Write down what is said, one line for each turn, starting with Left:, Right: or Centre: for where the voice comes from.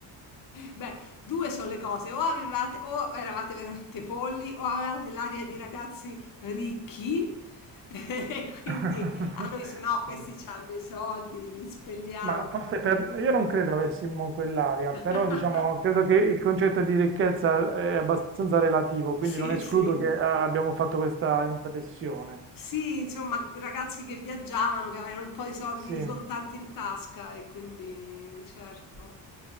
Left: Beh, due sono le cose, o avevate, o eravate veramente polli, o avevate l'aria di ragazzi ricchi, <laughs> e quindi
Right: <laughs>
Left: a noi se no questi
Right: Mm.
Left: hanno i soldi, li spelliamo.
Right: Ma forse per, io non credo avessimo quell'aria,
Left: <laughs>
Right: però diciamo, credo che il concetto di ricchezza è abbastanza relativo, quindi
Left: Sì,
Right: non escludo
Left: sì.
Right: che eh, abbiamo fatto questa impressione.
Left: Sì, insomma, ragazzi che viaggiavano, che avevano un po' di soldi
Right: Sì.
Left: di
Right: A
Left: contante in tasca e quindi, certo.